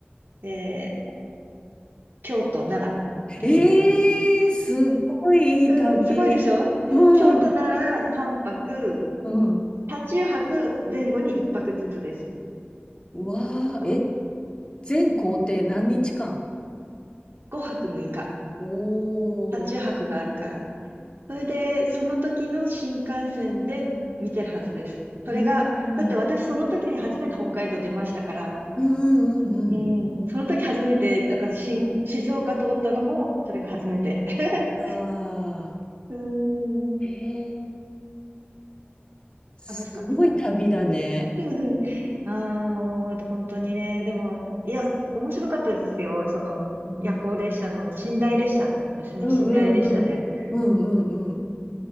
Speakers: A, on the right; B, on the left.
A: えー京都、奈良ですね。
B: えー、すごいいい旅。
A: す、すごいでしょ京都、
B: うん、
A: 奈良3泊、
B: うん。
A: 車中泊前後に1泊ずつです。
B: うわー、
A: と、
B: え、全行程何日間
A: 5泊6日。
B: お
A: 車中泊があるから。それで、その時の新幹線で見てるはずです。
B: うんうん
A: それが、だって私その時に初めて北海道出ましたから、
B: うん
A: うん、
B: うんうん
A: その時初めて、だから新静岡通ったのも、それが初めて。<laughs>
B: うんあ
A: うーん、
B: あ、へえ、すごい旅だね。
A: 楽しかったな。<laughs> ああ、もう、本当にね、でも、いや、面白かったですよ。その、
B: うん、
A: 夜行列車の寝台列車ですね。
B: うんうんうん。
A: 寝台列車で。
B: うんうんうん。